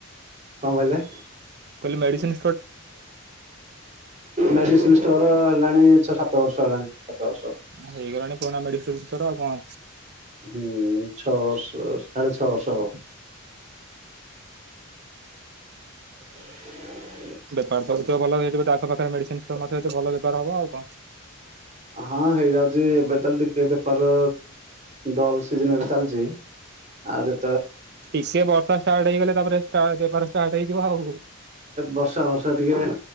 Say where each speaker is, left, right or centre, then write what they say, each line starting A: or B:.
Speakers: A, on the right; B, on the right.
A: କଣ କହିଲେ!
B: କହିଲ ମେଡିସି!
A: ମେଡିସିନ ଷ୍ଟୋର ହେଲାଣି ଛଅ ସାତ ବର୍ଷ ହେଲାଣି ସାତ ବର୍ଷ।
B: ହେଇଗଲାଣି ପୁରୁଣା ମେଡିିକଲଥର ଆଉ କଣ
A: ହୁଁ ଛଅ ବର୍ଷ ସାଢେ ଛଅ ବର୍ଷ ହବ। ହୁଁ।
B: ବେପାର ତଥିବ ଭଲ ହେଇିବ ତା ପାଖରେ ମେଡିସିନ ଭଲ ବେପାର ହବ ଆଉ କଣ?
A: ହଁ ହେଇଯାଉଛି ଏବେ ତାହଲେ ଟିକେ ବେପାର ଡଲ ସି ଏବେ ଚାଲିଛି। ଆଦ
B: ଟିକେ ବର୍ଷା ଷ୍ଟାର୍ଟ ହେଇଗଲେ ତାପରେ ବେପ ଷ୍ଟାର୍ଟ ହେଇଯିବ ଆଉ।
A: ବର୍ଷା ବର୍ଷା ଟିକେ